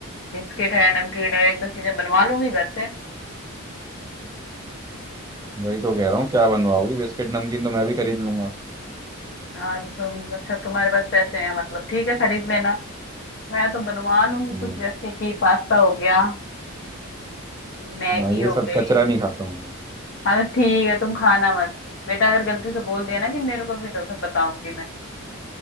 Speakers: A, on the left; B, on the right.
A: बिस्किट है नमकीन है एक दो चीजें बनवा लूंगी घर से
B: वही तो कह रहा हूँ क्या बनवाओगी बिस्किट नमकीन तो मैं भी खरीद लूंगा
A: हाँ तो तुम अच्छा तुम्हारे पास पैसे हैं मतलब ठीक है खरीद लेना मैं तो बनवा लूंगी
B: हम्म
A: कुछ जैसे कि पास्ता हो गया मैगी
B: मैं
A: हो
B: ये सब
A: गई
B: कचरा नहीं खाता हूँ
A: हाँ तो ठीक है तुम खाना मत बेटा अगर गलती से बोल दिया ना कि मेरे को भी दो फिर बताऊंगी मैं